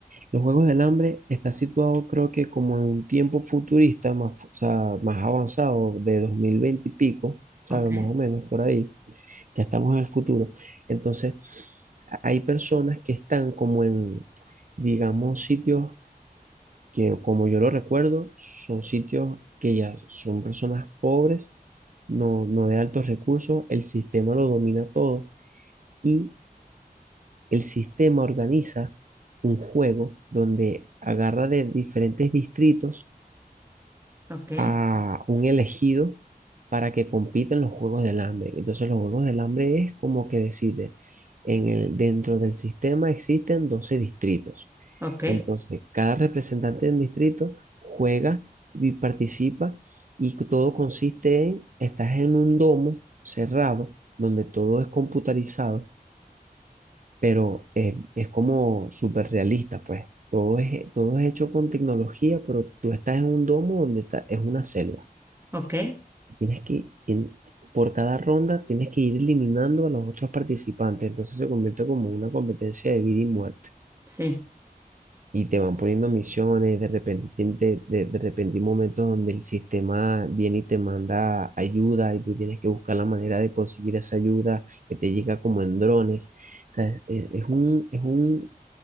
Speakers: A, on the right; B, on the right.
A: Los Juegos del Hambre está situado creo que como en un tiempo futurista, más, fu- o sea, más avanzado, de 2020 y pico, ¿sabes?
B: Ok,
A: Más o menos por ahí. Ya estamos en el futuro. Entonces, hay personas que están como en, digamos, sitios que, como yo lo recuerdo, son sitios que ya son personas pobres, no, no de altos recursos, el sistema lo domina todo. Y el sistema organiza un juego donde agarra de diferentes distritos
B: ok,
A: a un elegido para que compita en los Juegos del Hambre. Entonces los Juegos del Hambre es como que decide, en el, dentro del sistema existen 12 distritos.
B: ok,
A: Entonces cada representante de un distrito juega y participa y todo consiste en, estás en un domo cerrado donde todo es computarizado pero eh, es como súper realista, pues. Todo es, todo es hecho con tecnología, pero tú estás en un domo donde está, es una selva.
B: ok,
A: Tienes que, en- por cada ronda, tienes que ir eliminando a los otros participantes. Entonces se convierte como una competencia de vida y muerte.
B: sí,
A: Y te van poniendo misiones, de repente, tien- de, de, de repente hay momentos donde el sistema viene y te manda ayuda y tú tienes que buscar la manera de conseguir esa ayuda que te llega como en drones. O sea, es, es- es un, es un,